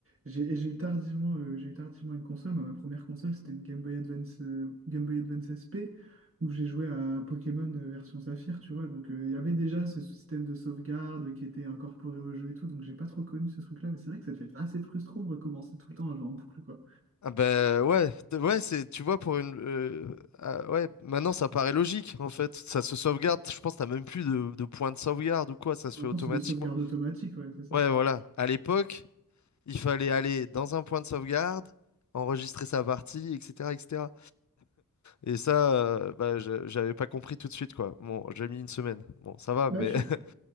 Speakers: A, on the right; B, on the left.
A: J'ai et j'ai eu tardivement, euh, j'ai eu tardivement une console. Moi, ma première console, c'était une Game Boy Advance, euh, Game Boy Advance S P où j'ai joué à Pokémon euh, version Saphir, tu vois. Donc, euh, il y avait déjà ce système de sauvegarde qui était incorporé au jeu et tout, donc j'ai pas trop connu ce truc-là, mais c'est vrai que ça devait être assez frustrant de recommencer tout le temps un jeu en boucle, quoi.
B: Ah ben ouais, t- ouais, c'est, tu vois, pour une... euh, ah ouais, maintenant ça paraît logique, en fait. Ça se sauvegarde, je pense que t'as même plus de, de point de sauvegarde ou quoi, ça se
A: En
B: fait
A: même
B: automatiquement.
A: temps, c'est des sauvegardes automatiques, ouais, c'est ça.
B: Ouais, voilà. À l'époque, il fallait aller dans un point de sauvegarde, enregistrer sa partie, etc., etc. Et ça, euh, bah, je- j'avais pas compris tout de suite, quoi. Bon, j'ai mis une semaine. Bon, ça va,
A: Bah,
B: mais.
A: tu,
B: <laughs>